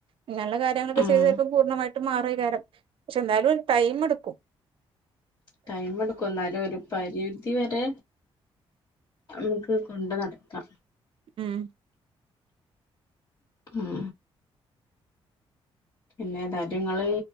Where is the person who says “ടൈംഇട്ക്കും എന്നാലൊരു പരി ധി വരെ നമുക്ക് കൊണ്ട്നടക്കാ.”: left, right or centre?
Left